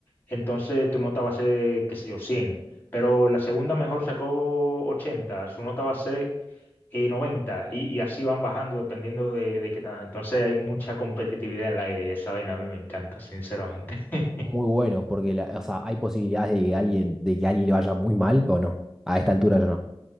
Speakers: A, on the left; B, in the centre.
A: entonces tu nota va a ser, qué sé yo, cien Pero la segunda mejor sacó ochenta su nota va a ser eh, 90 y, y así van bajando dependiendo de, de qué tal. Entonces hay mucha competitividad en el aire y esa vaina a mí me encanta, sinceramente. <laughs>
B: Muy bueno, porque la- o sea, hay posibilidades de que alguien, de que a alguien le vaya muy mal o no. A esta altura ya no.